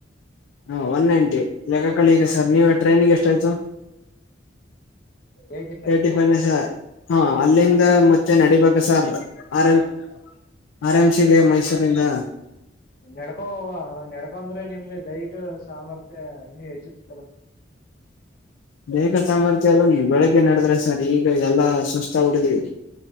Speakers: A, on the left (about 80°); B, on the left (about 50°).
A: ಹ ಒನ್ <unintelligible> ಈಗ ಸರ್ ನೀವು ಟ್ರೈನಿಗೆ ಎಷ್ಟು ಆಯ್ತು?
B: ಏಯ್ಟಿ ಫೈವ್
A: <inaudible> ಏ ಟಿಫಿನು ಸಾ ಹಾ ಅಲ್ಲಿಂದ ಮತ್ತೆ ನಡಿಬೇಕು ಸರ್ ಆರ ಲ್ ಆರಾಮ್ಸಿಗೆ ಮೈಸೂರಿಂದ
B: ನಡ್ಕೋವ ನಡ್ಕೊಂದ್ರೆ ನಿಮ್ಗೆ ದೈಹಿಕ ಸಾಮರ್ಥ್ಯ ಇನ್ನು ಹೆಚ್ಚುತ್ತದೆ.
A: ಬೇಗ ಸಾಮರ್ಥ್ಯ ಅದು ಬೆಳಿಗ್ಗೆ ನಡುದ್ರೆ ಸರ್ ಈಗ ಎಲ್ಲಾ ಸುಸ್ತಾಗ್ ಬಿಡ್ತೀವಿ.